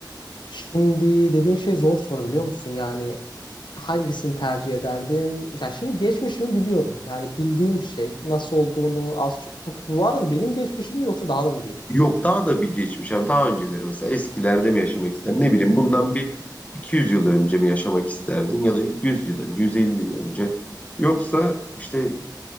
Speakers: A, on the left (about 75°); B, on the left (about 20°).
A: Şimdi dediğin şey zor soru biliyor musun? Yani hangisini tercih ederdim? Ya şimdi geçmişimi biliyorum. Yani bildiğim bir şey. Nasıl olduğunu az çok. Bu, bu arada benim geçmişim mi yoksa daha da mı geçmiş?
B: Yok daha da bir geçmiş abi daha önceleri mesela eskilerde mi yaşamak isterdin? Ne bileyim
A: Hmm,
B: bundan bir 200 yıl önce mi yaşamak isterdin ya da 100 yıl önce 150 yıl önce yoksa işte